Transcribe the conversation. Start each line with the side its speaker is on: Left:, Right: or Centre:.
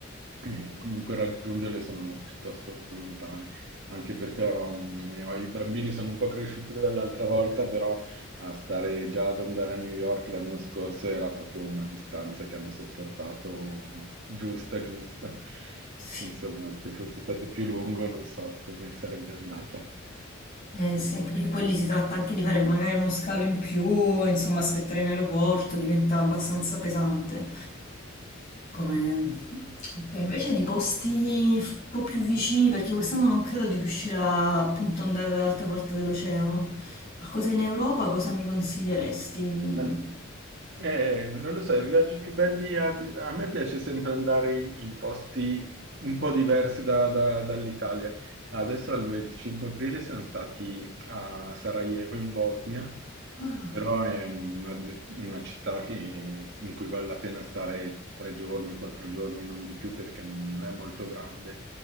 Right: eh, comunque raggiungerle sono piuttosto lontane anche perché um, ho- i bambini sono un po' cresciuti dall'altra volta, però a stare già ad andare a New York l'anno scorso era proprio una distanza che hanno sopportato giusta, giusta.
Left: sì.
Right: Insomma, se fosse stato più lungo non so come sarebbe andata.
Left: Eh, sì, anche perché poi lì si tratta anche di fare magari uno scalo in più, insomma, aspettare in aeroporto diventa abbastanza pesante. Come... Ok, invece di posti f- un po' più vicini, perché quest'anno non credo di riuscire a appunto andare dall'altra parte dell'oceano. Qualcosa in Europa, cosa mi consiglieresti di...
Right: Ma- Eh, non lo so, i viaggi più belli a, a me piace sempre andare in, in posti un po' diversi da- da- dall'Italia. Adesso al 25 aprile siamo stati a Sarajevo in Bosnia,
Left: Ah,
Right: però è una, di- una città che- in cui vale la pena stare tre giorni, quattro giorni, non di più perché non, non è molto grande.